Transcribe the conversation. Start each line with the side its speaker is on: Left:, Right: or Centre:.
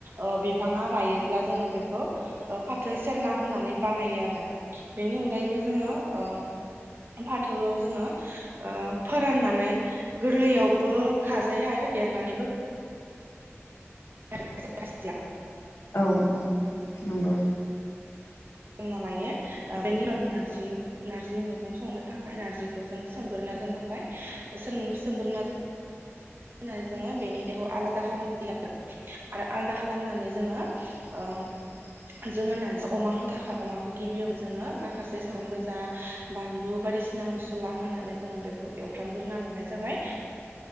Right: ओ बिफाङा रायोब्ला जोंङो बेखौ फाथो सेरना होननानै बानायो आरो बेनि अनगायैबो जोंङो ओ फाथोआव जोंङो ओ फोराननानै गोरलैयावबो खाजायो आरो देरनानैबो <unintelligible>
Left: औ औ नंगौ
Right: -ना लायो बेनि उनावनो नारजि नारजि मैगं संनो थाखाय नारजिखौ जोंङो सोमग्रोना दोननांबाय सोम सोमग्रोना होनानै जोंङो बेनि देहाखौ आलादा खालामनाय आरो आलादा खालामनानै जोंङो ओ जोंङो नारजि अमा होनो थाखाय अमाखौ गिबियावनो जोंङो माखासे सामब्राम गोजा बानलु बायदिसिना मसला होनानै जोंङो बेखौ एवफ्रामग्रोना लानाय जाबाय